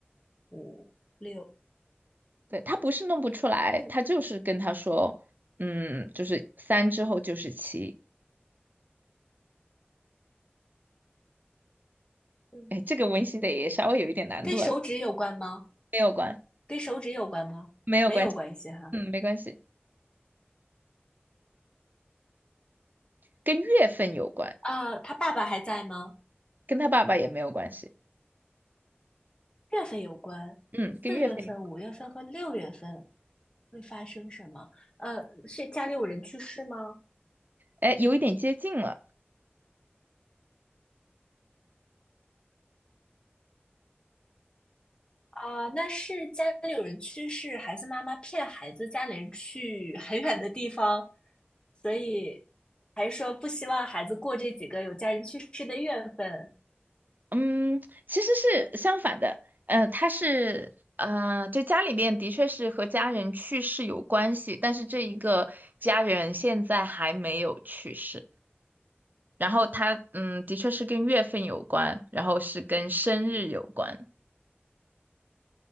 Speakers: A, on the left; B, on the right.
A: 五六
B: 对，他不是弄不出来，
A: 四嗯
B: 他就是跟他说，嗯，就是三之后就是七。
A: 嗯嗯，
B: 哎，这个温馨的也稍微有一点难度啊，
A: 嗯跟手指有关吗？
B: 没有关，
A: 跟手指有关吗？
B: 没有关系，
A: 没有关系哈。
B: 嗯，没关系，跟月份有关，
A: 啊，他爸爸还在吗？
B: 跟他爸爸也没有关系，
A: 月份有关，
B: 嗯，跟月份有，
A: 四月份、五月份和六月份会发生什么？呃，是家里有人去世吗？
B: 哎，有一点接近了，
A: 啊，那是家里有人去世，孩子妈妈骗孩子家里人去很远的地方，所以还是说不希望孩子过这几个有家人去世的月份
B: 嗯，其实是相反的，呃，他是，呃，就家里面的确是和家人去世有关系，但是这一个家人现在还没有去世，然后他，嗯，的确是跟月份有关，然后是跟生日有关。